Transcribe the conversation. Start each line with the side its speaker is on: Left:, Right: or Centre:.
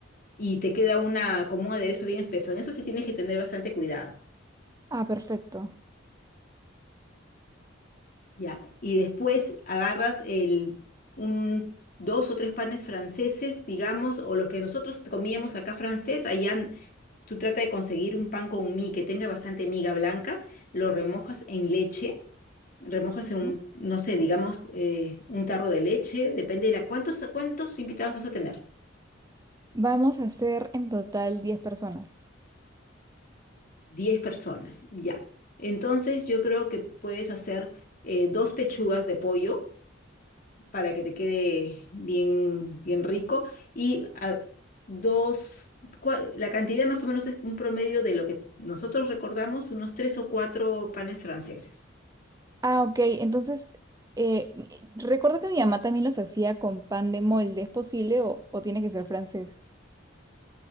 Left: y te queda una, como un aderezo bien espeso. En eso sí tienes que tener bastante cuidado.
Right: Ah, perfecto.
Left: Ya, y después agarras el, un, dos o tres panes franceses, digamos, o los que nosotros comíamos acá francés, allá n- tú trata de conseguir un pan con mí que tenga bastante miga blanca, lo remojas en leche, remojas
Right: Ujú.
Left: en un, no sé, digamos, eh, un tarro de leche, depende de la, ¿cuántos, cuántos invitados vas a tener?
Right: Vamos a hacer en total 10 personas.
Left: Diez personas, ya. Entonces yo creo que puedes hacer eh, dos pechugas de pollo para que te quede bien, bien rico. Y a- dos, cua- la cantidad más o menos es un promedio de lo que nosotros recordamos, unos tres o cuatro panes franceses.
Right: Ah, ok. Entonces, eh, m- recuerdo que mi mamá también los hacía con pan de molde. ¿Es posible o, o tiene que ser franceses?